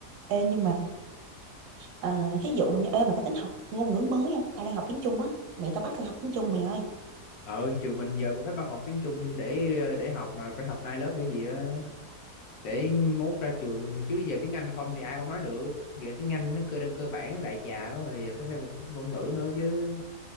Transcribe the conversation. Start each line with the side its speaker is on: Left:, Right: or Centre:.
Right: Ê, nhưng mà Ờ, ví dụ như ê mày có tính học ngôn ngữ mới không tao đang học tiếng Trung á mẹ tao bắt tao học tiếng Trung mày ơi
Left: ờ trường mình giờ cũng phải bắt học tiếng Trung để để học mà phải học hai lớp để gì á để mốt ra trường chứ giờ tiếng Anh không thì ai cũng nói được giờ tiếng Anh nó cơ cơ bản nó đại trà quá rồi giờ phải thêm một ngôn ngữ nữa chứ